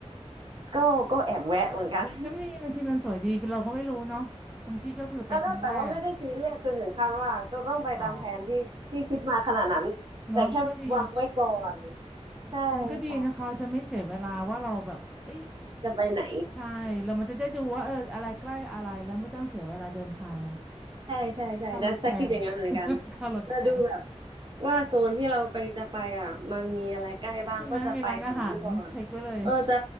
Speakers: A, on the right (about 45°); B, in the centre.
A: ๆก็ก็แอบแวะเหมือนกัน
B: ก็มีบางทีมันสวยดีเราก็ไม่รู้เนาะบางที่ก็คือไปครั้งแรก
A: <laughs> แล้วก็แต่ว่าไม่ได้ซีเรียสจนถึงขั้นว่าจะต้องไปตามแผนที่ที่คิดมาขนาดนั้นแต่แค่วางไว้ก่อน
B: อ๋อเนาะก็ดี
A: ใช่ค่ะ
B: มันก็ดีนะคะจะไม่เสียเวลาว่าเราแบบเอ้ย
A: จะไปไหน
B: ใช่แล้วมันจะได้ดูว่าเอออะไรใกล้อะไรแล้วไม่ต้องเสียเวลาเดินทางไง
A: ใช่ใช่ใช่จะจะคิดอย่างนั้นเหมือนกัน
B: ค่ารถแพง <laughs> ค่ารถแพง
A: จะดูแบบว่าโซนที่เราไปจะไปอ่ะมันมีอะไรใกล้บ้างก็จะไปแถวนั้นก่อน
B: ใช่ไหม มีร้านอาหารเช็คไว้เลย
A: เออจะ